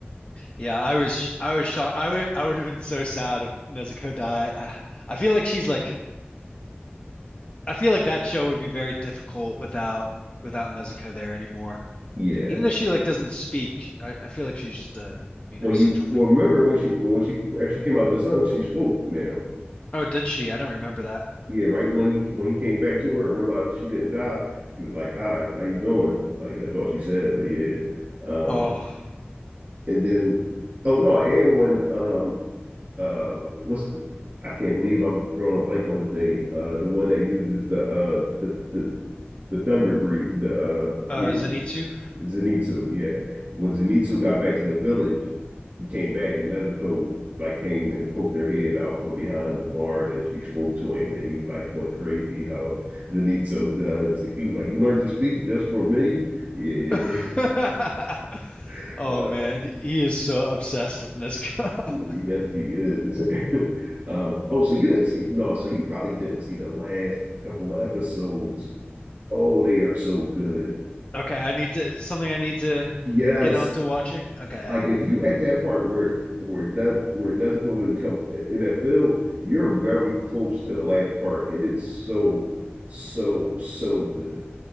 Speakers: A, on the left; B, on the right.
A: Yeah, I was sh- I was shocked. I would I would have been so sad if Nezuko died. I, I feel like she's like I feel like that show would be very difficult without without Nezuko there anymore.
B: Yeah.
A: Even though she like doesn't speak, I, I feel like she's just a you
B: Well,
A: know central
B: you well
A: figure.
B: remember when she when she actually came out of the sun, she spoke now.
A: Oh, did she? I don't remember that.
B: yeah, right when he when he came back to her and realized she didn't die, she was like, "Hi, how you doing?" Like that's all she said. But yeah, um,
A: Oh,
B: and then oh no, and when um, uh, what's the, I can't believe I'm drawing a blank on his name. Uh, the one that uses the uh the the the thunder breed the uh
A: uh,
B: yeah,
A: Zenitsu.
B: Zenitsu, yeah. When Zenitsu got back to the village, he came back and Nezuko like came and poked her head out from behind the barn and she spoke to him and he like went crazy how Zenitsu does. He was like, You learned to speak just for me? Yeah.
A: <laughs>
B: <laughs>
A: Oh man, he is so obsessed with Nezuko.
B: yes,
A: <laughs>
B: he is. <laughs> um, oh, so you didn't see no, so you probably didn't see the last couple of episodes. Oh, they are so good.
A: Okay, I need to something I need to
B: Yes,
A: get on to watching. Okay.
B: like if you at that part where where Nez, where Nezuko would come in that field, you're very close to the last part, and it's so so so good.